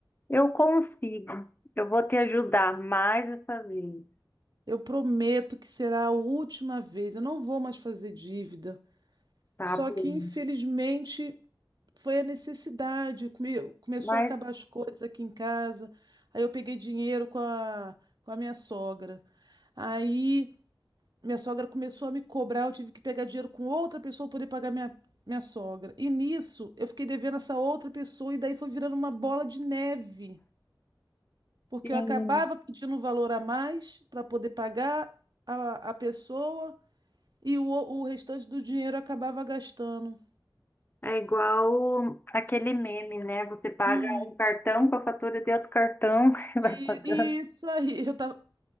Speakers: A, on the left (about 25°); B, on the right (about 55°).
A: Eu consigo. Eu vou te ajudar mais essa vez,
B: Eu prometo que será a última vez. Eu não vou mais fazer dívida.
A: tá
B: Só
A: bom?
B: que, infelizmente, foi a necessidade. Come- Começou
A: Mas
B: a acabar as coisas aqui em casa. Aí eu peguei dinheiro com a, com a minha sogra. Aí. Minha sogra começou a me cobrar, eu tive que pegar dinheiro com outra pessoa para poder pagar minha, minha sogra. E nisso, eu fiquei devendo essa outra pessoa e daí foi virando uma bola de neve, porque
A: sim.
B: eu acabava pedindo um valor a mais para poder pagar a, a pessoa e o, o restante do dinheiro eu acabava gastando.
A: É igual aquele meme, né? Você paga
B: Ai,
A: um cartão com a fatura de outro cartão <laughs> e vai
B: e,
A: pagando.
B: e isso aí, eu tava...